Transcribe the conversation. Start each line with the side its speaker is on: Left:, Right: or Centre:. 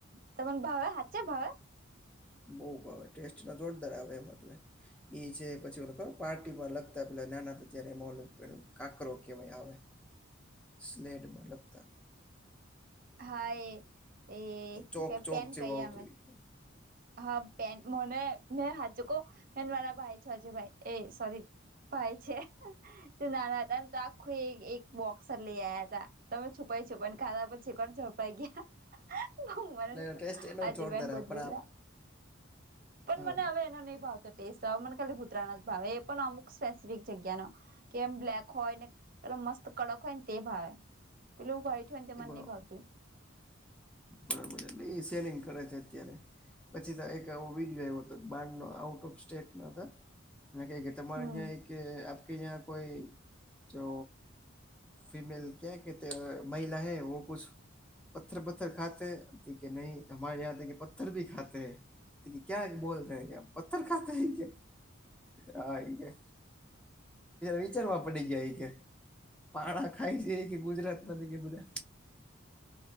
Right: તમોને ભાવે હાચ છે ભાવ?
Centre: બઉ ભાવ ટેસ્ટ ન જોરદાર આવે એમ, એટલે એ છે પછી ઓ ખબર પાર્ટ પાટીમાં લગતા પેલા નાના હતા ત્યારે ઓલો કાકરો કહેવાય આવે સ્લેડ મતલબ
Right: હા એ એ
Centre: ચોક
Right: કે
Centre: ચોક
Right: પેન
Centre: જેવું
Right: કહી
Centre: આવતું
Right: અમે.
Centre: અને
Right: હા પ મને મેહાચી કવ ચગો મારા ભાઈ છે હજ ભાઈ એ સોરી ભાય છે તે નાના હતા ને તો આખું એક બોક્સ જ લઇ આયા હતા. તમે છુપાય છુપાયુ ખાતા, પછી એકવાર ઝડપાઈ ગયા. હ મને
Centre: એનો ટેસ્ટ એનો
Right: આજેબન
Centre: ય જોરદાર આવે
Right: બોધ
Centre: પણ
Right: ભલા
Centre: આ
Right: પણ
Centre: હા
Right: મને હવે એનો નહી ભાવતો ટેસ્ટ મને ખાલી ભુતરાનો જ ભાવે એ પણ અમુક સ્પેસિફિક જગ્યા ન કેમ બ્લેક હોય ને પે મસ્ત કડક હોય ને તે ભાવે પલું વાઈટ હોયન તે મને
Centre: એ બ
Right: ની ભાવતી
Centre: બરાબર એટલે એ સેલિંગ કરે છે અત્યારે. પછી તો એક એવો વિડીયો આયવો હતો બાર નો આઉટ ઓફ સ્ટેટ નો હતો અને કેક તમારે
Right: હમ્મ
Centre: અહીંયા એક આપકે અહીં કોઈ જો ફિમેલ ક્યા કે મહિલા હૈ વ કછ પથ્થર પથ્થર ખાતે કે નહી હ યાદે કે પથ્થર ભી ખાતે હૈ ક્યા બોલ રહ કે પથર ખાતે કે હા એ કે વિચારવા પડી જયા એ કે પાણા ખાય છે કે ગુજરાત માંથી કે બોલ્યા